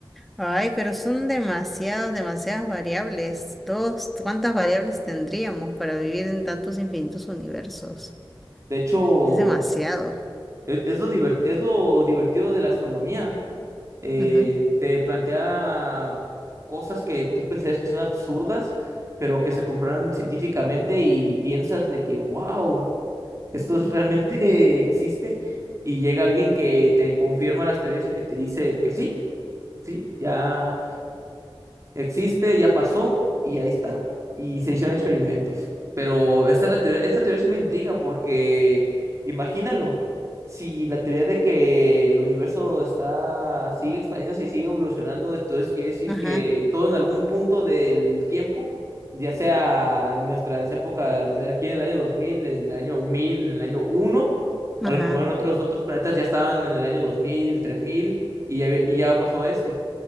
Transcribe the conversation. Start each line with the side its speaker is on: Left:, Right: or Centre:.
Centre: Ay, pero son demasiadas, demasiadas variables. Todos, ¿cuántas variables tendríamos para vivir en tantos infinitos universos?
Right: De hecho,
Centre: Es demasiado.
Right: es, es lo divert- es lo divertido de la astronomía. eh,
Centre: Ujú,
Right: te plantea cosas que tú pensarías que son absurdas, pero que se comprueban científicamente y piensas de que, wow, esto es- realmente <laughs> existe. Y llega alguien que te confirma las teorías y que te dice que sí, sí, ya Existe, ya pasó y ahí está. Y se hicieron experimentos. Pero esta, es la teoría, esta teoría sí me intriga porque imagínalo, si la teoría de que el universo está, sigue expandiéndose y sigue evolucionando, entonces quiere decir
Centre: Ajá,
Right: que todo en algún punto del tiempo, ya sea en nuestras épocas, eh, aquí en el año dos mil en el año mil en el año uno
Centre: ajá.
Right: a lo mejor en otros, otros planetas ya estaban en el año dos mil tres mil y ya, y ya pasó esto.